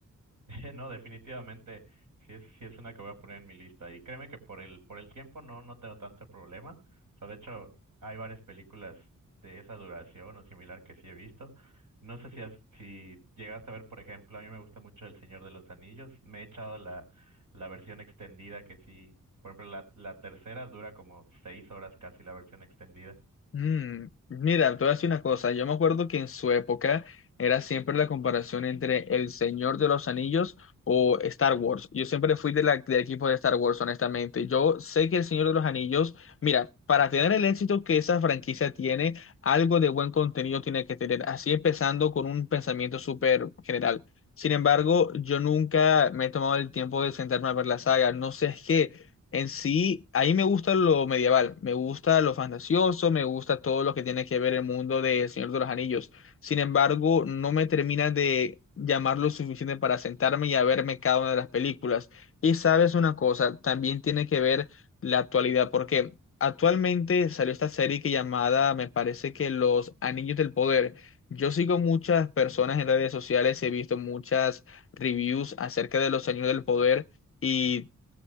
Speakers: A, on the right; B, on the left.
A: <laughs> No, definitivamente, sí es, sí es una que voy a poner en mi lista. Y créeme que por el, por el tiempo no, no tengo tanto problema. O sea, de hecho, hay varias películas de esa duración o similar que sí he visto. No sé si, has- si llegaste a ver, por ejemplo, a mí me gusta mucho El Señor de los Anillos. Me he echado la, la versión extendida que sí, por ejemplo, la, la tercera dura como seis horas casi la versión extendida.
B: Mm, mira, te voy a decir una cosa. Yo me acuerdo que en su época era siempre la comparación entre El Señor de los Anillos o Star Wars. Yo siempre fui de la- del equipo de Star Wars, honestamente. Yo sé que El Señor de los Anillos, mira, para tener el éxito que esa franquicia tiene, algo de buen contenido tiene que tener. Así empezando con un pensamiento súper general. Sin embargo, yo nunca me he tomado el tiempo de sentarme a ver la saga. No sé qué. En sí, ahí me gusta lo medieval, me gusta lo fantasioso, me gusta todo lo que tiene que ver el mundo de El Señor de los Anillos. Sin embargo, no me termina de llamar lo suficiente para sentarme y a verme cada una de las películas. Y sabes una cosa, también tiene que ver la actualidad, porque actualmente salió esta serie que llamada, me parece que Los Anillos del Poder. Yo sigo muchas personas en redes sociales, he visto muchas reviews acerca de Los Anillos del Poder. Y